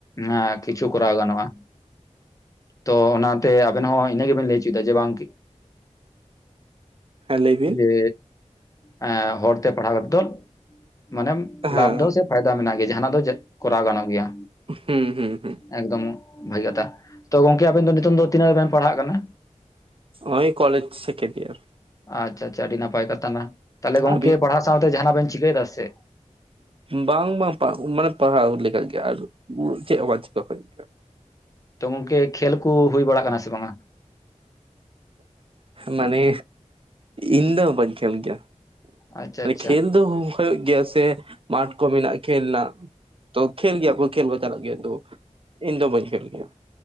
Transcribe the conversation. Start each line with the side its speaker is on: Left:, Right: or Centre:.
Left: ᱦᱟᱸ ᱠᱤᱪᱷᱩ ᱠᱚᱨᱟᱣ ᱜᱟᱱᱚᱜᱼᱟ ᱛᱚ ᱚᱱᱟ ᱛᱮ ᱟᱵᱮᱱ ᱦᱚᱸ ᱤᱱᱟᱹ ᱜᱮ ᱵᱮᱱ ᱞᱟᱹᱭ ᱚᱪᱚᱭ ᱮᱫᱟ ᱡᱮ ᱵᱟᱝ
Right: ᱦᱮᱸ ᱞᱟᱹᱭ ᱵᱤᱱ
Left: ᱡᱮ ᱦᱮᱸ ᱦᱚᱲ ᱛᱮ ᱯᱟᱲᱦᱟᱣᱛᱮᱫ ᱫᱚ ᱢᱟᱱᱮᱢ
Right: ᱦᱮᱸ
Left: ᱞᱟᱵᱷ ᱫᱚ ᱥᱮ ᱯᱷᱟᱭᱫᱟ ᱢᱮᱱᱟᱜ ᱜᱮᱭᱟ ᱡᱟᱦᱟᱸᱱᱟᱜ ᱫᱚ ᱪᱮᱫ ᱠᱚᱨᱟᱣ ᱜᱟᱱᱚᱜ ᱜᱮᱭᱟ
Right: ᱦᱩᱸ ᱦᱩᱸ ᱦᱩᱸ
Left: ᱮᱠᱫᱚᱢ ᱵᱷᱟᱹᱜᱤ ᱠᱟᱛᱷᱟ ᱛᱚ ᱜᱚᱢᱠᱮ ᱟᱵᱮᱱ ᱫᱚ ᱱᱤᱛᱚᱝ ᱫᱚ ᱛᱤᱱᱟᱹᱜ ᱨᱮᱵᱮᱱ ᱯᱟᱲᱦᱟᱜ ᱠᱟᱱᱟ?
Right: ᱦᱚᱸᱼᱚᱭ ᱠᱚᱞᱮᱡᱽ ᱥᱮᱠᱮᱱᱰ ᱤᱭᱟᱨ
Left: ᱟᱪᱪᱷᱟ ᱟᱪᱪᱷᱟ ᱟᱹᱰᱤ ᱱᱟᱯᱟᱭ ᱠᱟᱛᱷᱟ ᱠᱟᱱᱟ ᱛᱟᱦᱚᱞᱮ ᱜᱚᱝᱠᱮ
Right: ᱟᱹᱵᱤᱱ
Left: ᱯᱟᱲᱦᱟᱣ ᱥᱟᱶ ᱛᱮ ᱡᱟᱦᱟᱱᱟᱜ ᱵᱮᱱ ᱪᱤᱠᱟᱹᱭ ᱮᱫᱟ ᱥᱮ?
Right: ᱵᱟᱝ ᱵᱟᱝ ᱩᱱᱟᱹ ᱯᱟᱲᱦᱟᱣ ᱞᱮᱠᱟ ᱜᱮ ᱟᱨ ᱪᱮᱫ ᱦᱚᱸ ᱪᱤᱠᱟᱹ ᱦᱩᱭᱩᱜ ᱜᱮᱭᱟ
Left: ᱛᱚ ᱜᱚᱝᱠᱮ ᱠᱷᱮᱞ ᱠᱚ ᱦᱩᱭ ᱵᱟᱲᱟᱜ ᱠᱟᱱᱟ ᱥᱮ ᱵᱟᱝᱟ?
Right: ᱢᱟᱱᱮ ᱤᱧ ᱫᱚ ᱵᱟᱹᱧ ᱠᱷᱮᱞ ᱠᱮᱜᱼᱟ
Left: ᱟᱪᱪᱷᱟ
Right: ᱢᱟᱱᱮ
Left: ᱟᱪᱪᱷᱟ
Right: ᱠᱷᱮᱞ ᱫᱚ ᱦᱩᱭᱩᱜ ᱜᱮᱭᱟ ᱥᱮ ᱢᱟᱴᱷ ᱠᱚ ᱢᱮᱱᱟᱜᱼᱟ ᱠᱷᱮᱞ ᱨᱮᱱᱟᱜ ᱛᱚ ᱠᱷᱮᱞ ᱜᱮᱭᱟ ᱠᱚ ᱠᱷᱮᱞ ᱠᱚ ᱪᱟᱞᱟᱜ ᱜᱮᱭᱟ ᱛᱚ ᱤᱧ ᱫᱚ ᱵᱟᱹᱧ ᱠᱷᱮᱞ ᱜᱮᱭᱟ